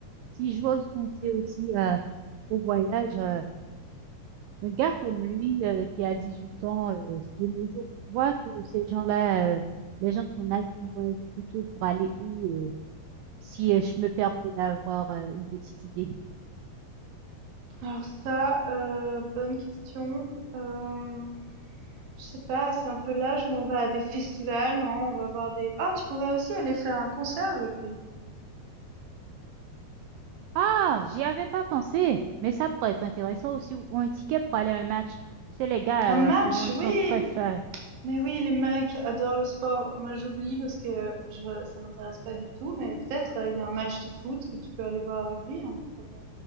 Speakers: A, on the right; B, on the right.
A: si j'ose penser aussi euh, au voyage, euh, Un gars comme lui, euh, qui a 18 ans, euh, de nos jours, tu vois que ces gens-là, euh, les gens de son âge, ils vont agir plutôt pour aller où, euh, si euh, je me permets d'avoir euh, une petite idée.
B: Alors ça, euh, bonne question. Euh, Je sais pas, c'est un peu l'âge où on va à des festivals, non? On va voir des... Ah, tu pourrais aussi aller faire un concert avec lui.
A: Ah, j'y avais pas pensé, mais ça pourrait être intéressant aussi, ou un ticket pour aller à un match. Tu sais, les gars,
B: Un match,
A: euh, en ce moment, ils
B: oui!
A: sont très forts,
B: Mais oui, les mecs adorent le sport. Moi, j'oublie parce que je, ça m'intéresse pas du tout, mais peut-être euh, il y a un match de foot que tu peux aller voir avec lui, hein, pourquoi pas.